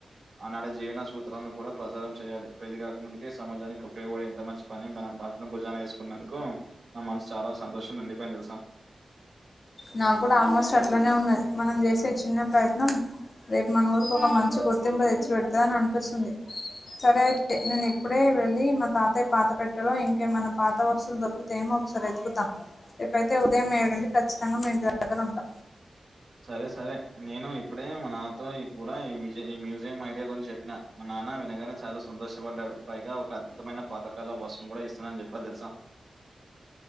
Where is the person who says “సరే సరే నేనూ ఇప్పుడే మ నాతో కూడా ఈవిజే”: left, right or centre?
Right